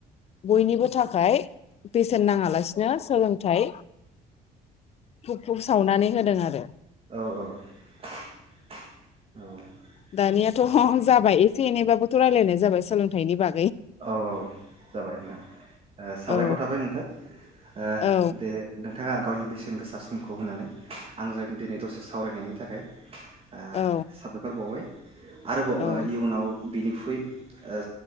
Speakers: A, on the left (about 40°); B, on the right (about 35°).
A: बयनिबो थाखाय बेसेन नाङालासिनो सोलोंथाइ हु-हु-सावनानै होदों आरो।
B: औ औ औ
A: दानियाथ' जाबाय एसे एनैबाबोथ' रायलायनाय जाबाय सोलोंथ थायनि बा
B: औ औ जाबाय नोंथां साबायखर
A: औ
B: थाबाय नोंथां ओ
A: औ
B: दे नोंथाङा गावनि बेसेन गोसा समखौ होनानै आंजों दिनै दसे सावरायनायनि थाखाय ओ
A: औ
B: साबायखर बावबाय आरोबाव
A: औ
B: ओ इयुनाव बिनिख्रुइ ओ